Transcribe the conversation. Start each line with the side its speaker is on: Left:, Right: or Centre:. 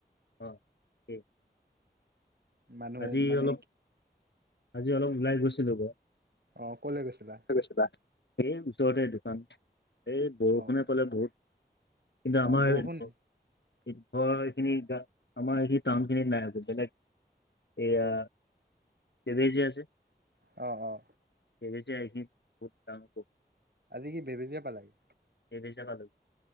Left: অ'। এই
Right: মানুহ
Left: আজি
Right: মানে
Left: অলপ, আজি অলপ ওলাই গৈছিলোঁ বাৰু।
Right: অ' ক'লৈ গৈছিলা?
Left: এই ওচৰতে দোকান। এই বৰষুণে
Right: অ',
Left: পালে বহুত, কিন্তু আমাৰ
Right: অ', বৰষুণ
Left: <unintelligible> এইখিনি আমাৰ এই টাউনখিনিত নাই আকৌ বেলেগ এয়া কেবে যে আছে
Right: অ', অ'।
Left: বেবে যে সেইখিনিত বহুত ডাঙৰ বৰষু
Right: আজি কি বেবেজীয়া পালাগে?
Left: বেবেজীয়া পালোগে